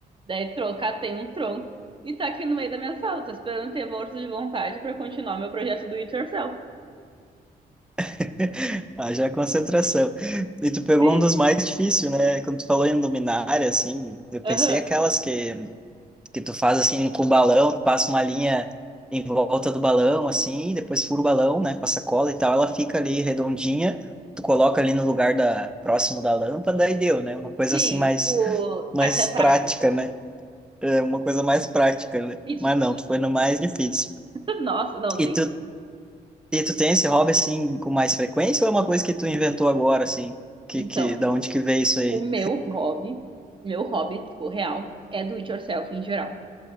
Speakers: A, on the right; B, in the centre.
A: Daí trocar tem um tronco e tá aqui no meio da minha sala. Tô esperando ter força de vontade pra continuar meu projeto do It Yourself.
B: <laughs> Haja concentração. E tu pegou
A: Sim.
B: um dos mais difíceis, né? Quando tu falou em luminária, assim, eu pensei
A: Aham.
B: aquelas que, que tu faz, assim, com balão, tu passa uma linha em volta do balão, assim, depois fura o balão, né? Passa cola e tal, ela fica ali redondinha, tu coloca ali no lugar da, próximo da lâmpada e deu, né? Uma coisa,
A: Sim,
B: assim, mais,
A: tipo,
B: mais
A: arte ataque.
B: prática, né? É uma coisa mais prática, né?
A: E,
B: Mas
A: tu-
B: não,
A: tu-
B: tu foi no mais difícil.
A: <laughs> nossa, não, sim.
B: E tu e tu tem esse hobby assim com mais frequência ou é uma coisa que tu inventou agora assim? Que
A: Então.
B: que da onde que veio isso aí?
A: O meu hobby, meu hobby, tipo, real, é do it yourself em geral.